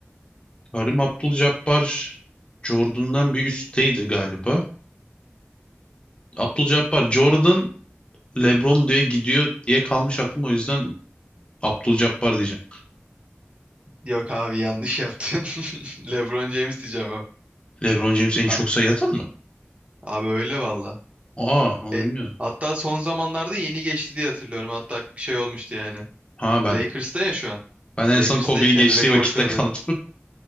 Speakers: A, on the left; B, on the right.
A: Karim Abdul-Jabbar Jordan'dan bir üstteydi galiba. Abdul-Jabbar Jordan LeBron diye gidiyor diye kalmış aklımda o yüzden Abdul-Jabbar diyeceğim.
B: Yok abi yanlış yaptın. <laughs> LeBron James'ti cevap.
A: LeBron James en
B: Ha-
A: çok sayı atan mı?
B: abi öyle valla.
A: Aa onu
B: E,
A: bilmiyordum.
B: hatta son zamanlarda yeni geçti diye hatırlıyorum. Hatta bir şey olmuştu yani.
A: Ha ben
B: Lakers'ta ya şu an.
A: ben en
B: Lakers'tayken
A: son Kobe'yi geçtiği
B: rekor
A: vakitte
B: kırdı.
A: kaldım.